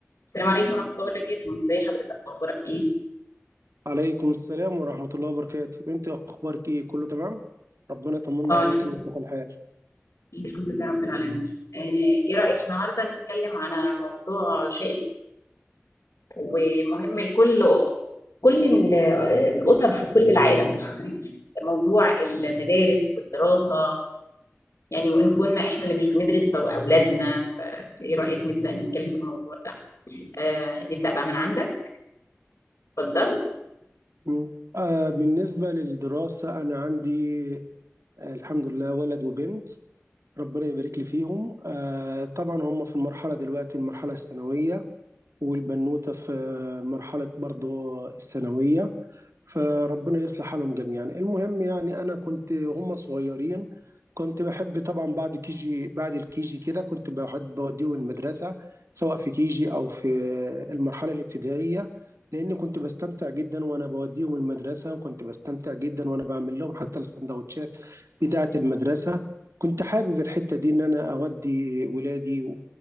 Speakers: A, on the left; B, on the right.
A: السلام عليكم ورحمة الله وبركاته ازي حضرتك اخبارك ايه
B: عليكم السلام ورحمة الله وبركاته انت اخبارك ايه كله تمام ربنا يطمنا
A: اه
B: عليك
A: الحمد
B: ويصلح
A: لله
B: الحال
A: الحمد لله رب العالمين آه، ايه رأيك النهارده نتكلم على موضوع شائك ومهم الكل كل ال- الأسر في كل العالم <laughs> موضوع المدارس والدراسة يعني وإن كنا احنا اللي مش بندرس فأولادنا ايه رأيك نبدأ نتكلم في الموضوع ده آه نبدأ بقى من عندك اتفضل
B: م. آه بالنسبة للدراسة انا عندي آه الحمد لله ولد وبنت ربنا يبارك لي فيهم آه طبعا هم في المرحلة دلوقتي المرحلة الثانوية والبنوتة في مرحلة برضو الثانوية فربنا يصلح حالهم جميعا المهم يعني أنا كنت هم صغيرين كنت بحب طبعا بعد كيجي بعد الكيجي كده كنت بحب بوديهم المدرسة سواء في كيجي أو في المرحلة الابتدائية لأن كنت بستمتع جدا وأنا بوديهم المدرسة وكنت بستمتع جدا وأنا بعمل لهم حتى السندوتشات بتاعة المدرسة كنت حابب الحتة دي إن أنا أودي ولادي